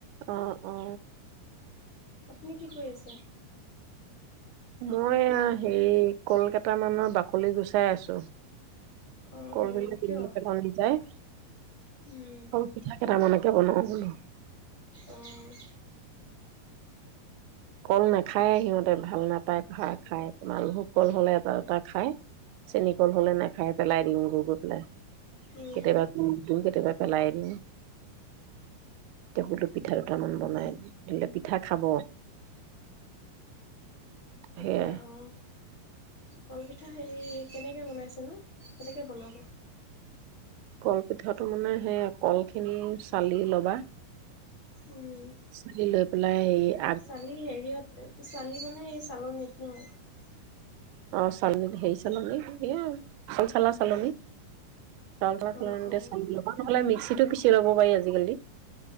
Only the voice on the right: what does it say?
অ' অ'
মই হেৰি কলকাত মানৰ বাকলি গুচাই আছো
কৰবেমোম
যায়
সৰু পিঠা কেইটা মনে বনওঁ বুলি
কল নাখায় সিহঁতে ভাল নাপায় খ খাই তোমাল ভোক কল হলে এটা এটা খায় চেনী কল হলে নাখায় পেলাই দিম গৈ গৈ পেলাই
কেতিয়াবা, কে পেলাই দিওঁ এতিয়া বোলো পিঠা দুটামান বনাই দি ধ উঠ খাব
সেয়াই
কলপিঠাটো মানে সেই কলখিনি চালি লবা।
চালি লৈ পেলাই -
অ চালনীত হেৰি চালনী এই চাউল চালা চালনী চাউল চালনতে
চালি লবা নহলে মিক্সিতটো পিচি লব পাৰি আজিকালি